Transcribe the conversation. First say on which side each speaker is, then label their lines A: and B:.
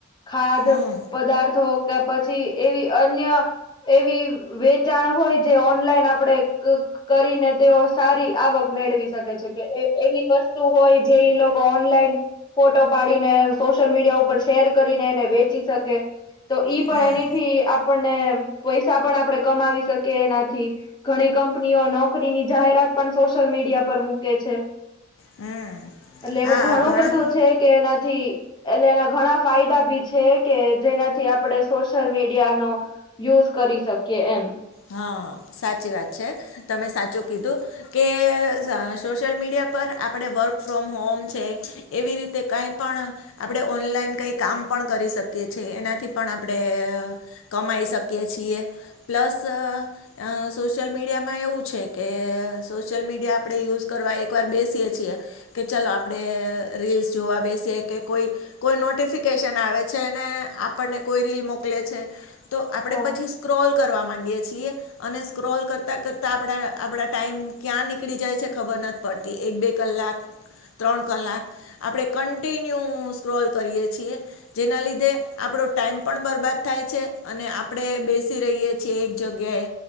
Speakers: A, on the left; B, on the left.
A: ખાધ
B: હમ
A: પદાર્થો કે પછી એવી અન્ય એવી વેચાણ હોય જે ઓનલાઈન આપડે કરીને તેઓ સારી આવક મે મેળવી શકે છેકે એવી વસ્તુ હોય જે ઈ લોકો ઓનલાઈન ફોટો પાડીને સોશિયલ મીડિયા ઉપર શેર કરીને એને વેચી શકે. તો ઈ પણ
B: હમ
A: એનીથી આપણને પૈસા પણ આપડે કમાવી શકીએ એનાથી ઘણી કંપનીઓ નોકરીની જાહેરાત પણ સોશિયલ મી મીડિયા પર મૂકે છે.
B: હમ
A: એટલે
B: હા
A: એવું ઘણું
B: ઘણા
A: બધું છેકે એનાથી એટલે એના ઘણાં ફાયદા બી છેકે જેનાથી આપડે સોશિયલ મીડિયાનો યુઝ કરી શકીએ એમ.
B: હા, સાચી વાત છે તમે સાચું કીધું કે સોશિયલ મીડિયા પર આપડે વર્ક ફ્રોમ હોમ છે. એવી રીતે કાઈ પણ આપણે ઓનલાઈન કઈ કામ પણ કરી શકીએ છે. એનાથી પણ આપડે કમાઈ શકીએ છીએ પ્લસ ત અ સોશિયલ મીડિયામાં એવું છે કે, સોશિયલ મીડિયા આપણે યુઝ કરવા એક વાર બેસીએ છીએ કે ચાલ આપણે રીલ્સ જોવા બેસી કે કોઈ કોઈ નોટિફિકેશન આવે છે આપને કોઈ રીલ મોકલે છે તો આપણે
A: હા
B: પછી સ્ક્રોલ કરવા માંડીએે. અને સ્ક્રોલ કરતા કરતા આપડા, આપડા ટાઈમ ક્યાં નીકળી જાય છે ખબર નથી પડતી. એક બે કલાક ત્રણ કલાક આપણે કન્ટિન્યુ સ્ક્રોલ કરીએ છીએ. જેના લીધે આપણે આપડો ટાઈમ પણ બરબાદ થાય છે અને આપણે બેસી રહીએ છીએ. જગ્યાએ